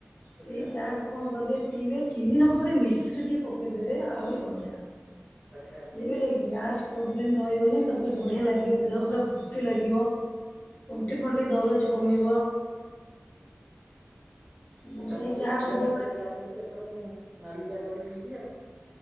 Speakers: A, on the right; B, on the left.
A: ଆଚ୍ଛା
B: ସେଇ ଚା କୁ କଣ କରିବେ ପିଇବେ ଚିନି ନ ପକେଇ ମିଶ୍ରି ଟିକେ ପକେଇଦେବେ ଆହୁରି ବଢିଆ।
A: ଆଚ୍ଛା।
B: ଏବେ ଗ୍ୟାସ୍ ପ୍ରୋବ୍ଲେମ୍ ରହିବନି ତାପରେ ବଢ଼ିଆ ଲାଗିବ ଦେହ ପୁରା ଫୁର୍ତ୍ତି ଲାଗିବ। ତଣ୍ଟି ଫଣ୍ଟି ଦରଜ କମିବ। ମୁଁ
A: ଆଚ୍ଛା
B: ସେଇ
A: ମୋର
B: ଚା
A: ଟିକେ କ୍ଷୀର
B: ସବୁବେଳେ
A: ଗାଡିଲେ ଗ୍ୟାସଥଇଛି ଏଥର ମୁଁ ନାଲଲିିକଆ କରି ପିଇବି ଆଉ।